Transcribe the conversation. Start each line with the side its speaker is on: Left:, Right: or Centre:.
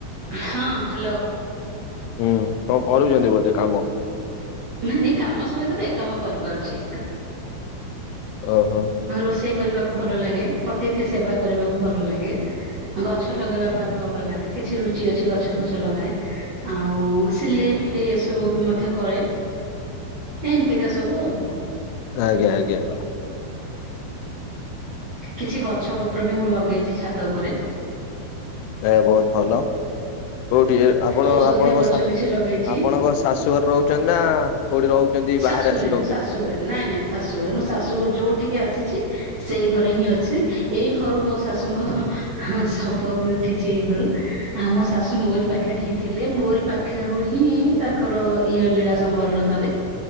Right: ହଁ, ହାଲୋ।
Left: ହୁଁ, କଅଁ କରୁଚନ୍ତି ବୋଧେ କାମ?
Right: ନାଇଁ-ନାଇଁ କାମ ସହିତ ବି ଏକ କାମ କରିପାରୁଚି।
Left: ଓହୋ।
Right: ଆଉ ରୋଷେଇ କରିବାକୁ ଭଲ ଲାଗେ, ଅତିଥି ସେବା କରିବାକୁ ଭଲ ଲାଗେ। ଗଛ ଲଗେଇବା ପାଇଁ ତ ଭଲ ଲାଗେ, କିଛି ରୁଚି ଅଛି ଗଛ ଫଛ ଲଗାଏ। ଆଉ ସିଲେଇ ଫିଲେଇ ଏସବୁ ମଧ୍ୟ କରେ। ଏମିତିକା ସବୁ ଆଉ
Left: ଆଜ୍ଞା ଆଜ୍ଞା।
Right: କିଛି ଗଛ ପତ୍ରବି ମୁଁ ଲଗେଇଚି ଛାତ ଉପରେ
Left: ଏ ବହୁତ୍ ଭଲ କୋଉଠି ଆପଣ
Right: ଔଷଧୀୟ
Left: ଆପଣଙ୍କ
Right: ଗଛ
Left: ସା
Right: କିଛି ଲଗେଇଛି
Left: ଆପଣଙ୍କ ଶାଶୁଘରେ ରହୁଚନ୍ତିନା କୋଉଠି ରହୁଚନ୍ତି
Right: ଶାଶୁଘରେ
Left: ବାହାରେ ଆସି
Right: ମୁଁ
Left: ରହୁଚନ୍ତି?
Right: ଶାଶୁଘରେ ନାଇଁ ନାଇଁ ଶାଶୁଘରେ ମୁଁ ଶାଶୁଘରେ ଯୋଉଠିକି ଆସିଚି ସେଇ ଘରେହିଁ ଅଛି ଏଇ ଘରୁ ମୋ ଶାଶୁଙ୍କ ଶବବି ଉଠିଚି ଏଇ ଘରୁ ଆମ ଶାଶୁ ମୋରି ପାଖରେହିଁ ଥିଲେ ମୋରି ପାଖରୁ ହିଁ ତାଙ୍କର ଇଏ ଲୀଳା ସମ୍ବରଣ କଲେ।